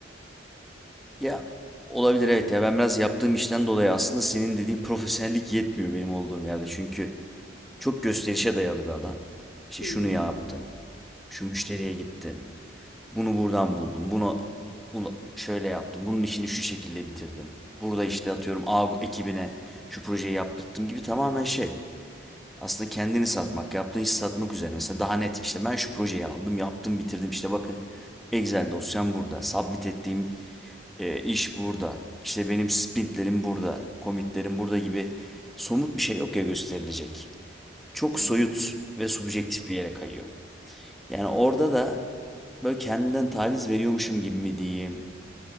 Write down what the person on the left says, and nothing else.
Hmm.
Hı
hı.